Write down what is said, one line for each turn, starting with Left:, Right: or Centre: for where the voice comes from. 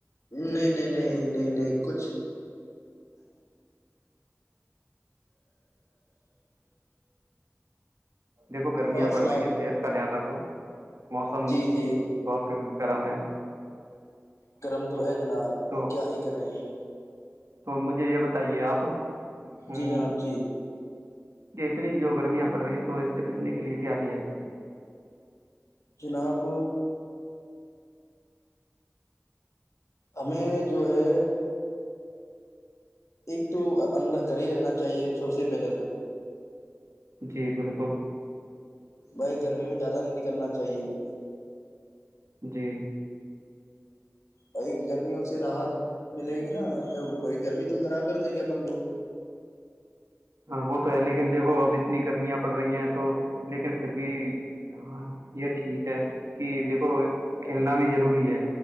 Left: نہیں نہیں نہیں نہیں نہیں کچھ
Right: دیکھو گرمیاں
Left: اور
Right: پڑھ
Left: سناؤ
Right: رہی ہیں صحت کا دھیان رکھو موسم
Left: جی جی
Right: بہت کر میں ہے
Left: کرم تو ہے جناب
Right: تو
Left: کیا ہی کریں
Right: تو مجھے یہ بتائیے آپ ہم،
Left: جی جناب جی
Right: یہ اتنی جو گرمیاں پڑ رہی ہیں تو اس سے بچنے کے لیے کیا کیا ہے
Left: جناب ہمیں جو ہے ایک تو اندر گھر ہی رہنا چاہیے سب سے پہلے تو
Right: جی بالکل
Left: بھائی گرمی میں زیادہ نہیں نکلنا چاہیے جی
Right: جی
Left: وہی گرمیوں سے راحت ملے گی نا تو وہی گرمی تو خراب کر دیں گے اپن کو
Right: وہ تو ہے لیکن دیکھو اب اتنی گرمیںب پڑ رہی ہیں تو لیکن پھر بھی ہاں یہ ٹھیک ہے کہ دیکھو کھیلنا بھی ضروری ہے